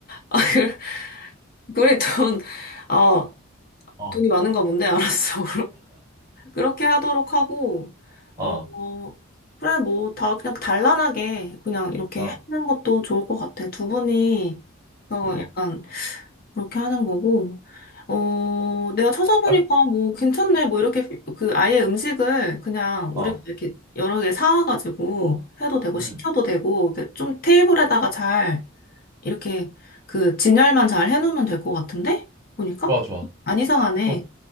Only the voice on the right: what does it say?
어,
어,
어,
음,
아,
어,
음,
좋아, 좋아.
그럼,